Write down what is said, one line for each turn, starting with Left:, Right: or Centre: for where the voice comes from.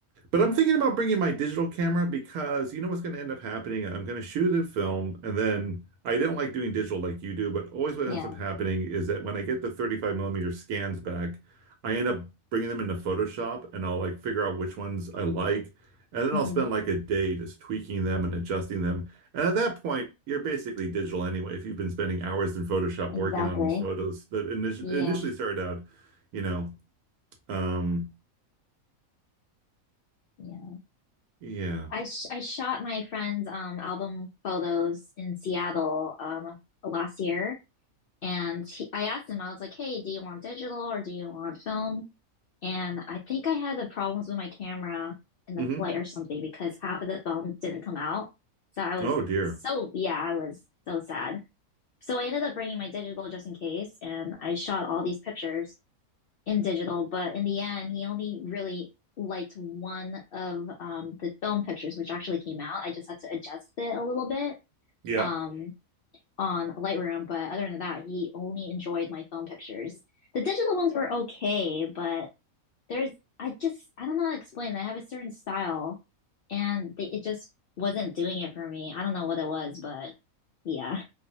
Right: But I'm thinking about bringing my digital camera because you know what's going to end up happening? I'm going to shoot it film, and then I don't like doing digital like you do, but always what
Left: Yeah.
Right: ends up happening is that when I get the 35 millimeter scans back, I end up bringing them into Photoshop and I'll like figure out which ones I like. And then
Left: hmm
Right: I'll spend like a day just tweaking them and adjusting them. And at that point, you're basically digital anyway. If you've been spending hours in Photoshop
Left: <laughs> Exactly.
Right: working on these photos that init
Left: Yeah.
Right: initially started out, you know, um,
Left: Yeah.
Right: yeah.
Left: I sh I shot my friend's um album photos in Seattle um last year, and he, I asked him, I was like, "Hey, do you want digital or do you want film?" And I think I had the problems with my camera in
Right: hmm
Left: the flight or something because half of the film didn't come out. So I was
Right: Oh dear.
Left: so yeah, I was so sad. So I ended up bringing my digital just in case, and I shot all these pictures in digital, but in the end, he only really liked one of um, the film pictures, which actually came out. I just had to adjust it a little bit
Right: Yeah.
Left: um, on Lightroom, but other than that, he only enjoyed my film pictures. The digital ones were okay, but there's I just I don't know how to explain. I have a certain style, and they, it just wasn't doing it for me. I don't know what it was, but yeah,